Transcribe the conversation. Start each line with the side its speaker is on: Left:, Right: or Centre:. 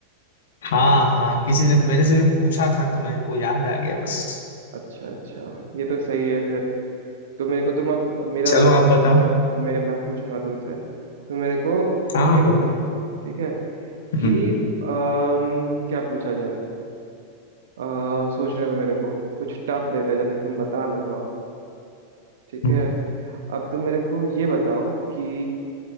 Left: हाँ हाँ किसी ने मेरे से भी पूछा था तो मेरे को याद आ गया बस
Right: अच्छा अच्छा ये तो सही है फिर तो मेरे को तुम अब अब मेरा
Left: चलो
Right: बारी
Left: आप
Right: है
Left: बताओ
Right: तो मैं अब मैं मैं पूछूंगा तुमसे तो मेरे को
Left: हाँ
Right: ये
Left: पूछो
Right: बताओ ठीक है
Left: हम्म
Right: कि अम, क्या पूछा जाए अ, सोचने दो मेरे को कुछ टफ देते हैं जैसे कि तुम बता ना पाओ ठीक
Left: हम्म
Right: है अब तुम मेरे को ये बताओ कि